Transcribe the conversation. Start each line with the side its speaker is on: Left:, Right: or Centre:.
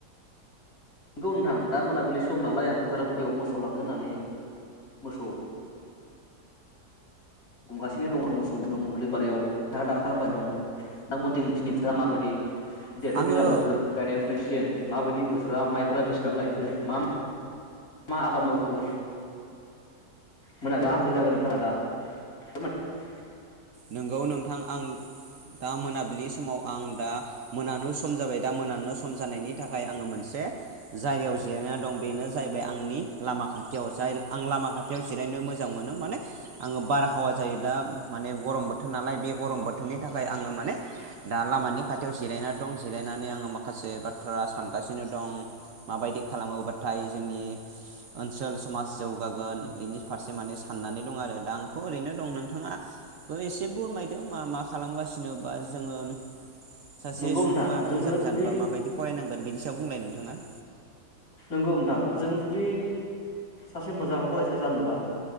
Left: नंगौ नोंथां दा मोनाबिलि सम नालाय आं फोथार बेयाव मोसौ लांनो होननानै मोसौ गुमगासिनो दं आरो मोसौ दं दुब्लि बारियाव नोंथाङा दानो खालामबायनो दं नोंथां मोनथि दिनै बोथोरफ्रा माबायदि। दाथ
Right: आङो
Left: दैलां बोथोर गायनाय फुनाय सिजेन। माबायदि बो <unintelligible> माइफोरा बेसेबां गायखो मा मा मा आबाद मावखो मोनाबा <unintelligible>
Right: नोंगौ नोंथां आं दा मोनाबिलि समाव आं दा मोनानो सम जाबाय दा मोनानो सम जानायनि थाखाय आङो मोनसे जायगायाव जिरायना दं बेनो जाहैबाय आंनि लामा खाथियाव जाय आं लामा खाथियाव जिरायनो मोजां मोनो माने आङो बारहावा जायो दा माने। गरम बोथोर नालाय बे गरम बोथोरनि थाखाय आङो माने दा लामानि खाथियाव जिरायनानै दं जिरायनानै आङो माखासे बाथ्रा सानगासिनो दं माबायदि खालामोबाथाय जोंनि ओनसोल समाज जौगागोन बेनि फारसे माने साननानै दं आरो। आंथ ओरैनो दं नोंथाङा बो एसे फोमायदो मा मा खालामगासिनो बा जोङो। सासे
Left: नंगौ
Right: सुबुङा
Left: नोंथां जोङो
Right: मोजां
Left: जुदि
Right: जानोबा माबायदि फरायनांगोन बेनि सायाव बुंलाय नोंथाङा।
Left: नंगौ नोंथां जों जुदि सासे मोजां फरायसा जानोबा